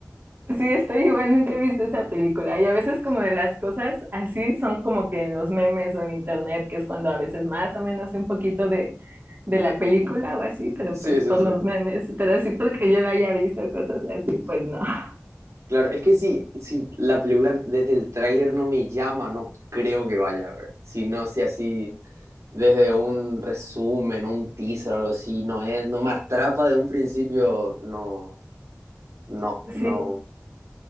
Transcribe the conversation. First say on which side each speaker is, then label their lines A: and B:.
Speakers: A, on the right; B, on the right.
A: Sí, estoy igual, nunca he visto esa película. Y a veces como de las cosas así son como que en los memes o en internet, que es cuando a veces más o menos sé un poquito de, de la película o así, pero
B: Sí,
A: pues
B: sí,
A: por
B: sí.
A: los memes. Pero así porque yo la haya visto, cosas así, pues no. <laughs>
B: Claro, es que si, si la película desde el tráiler no me llama, no creo que vaya a ver. Si no, si así desde un resumen, un teaser o algo así, no es, no me atrapa de un principio, no, no, no.
A: Sí,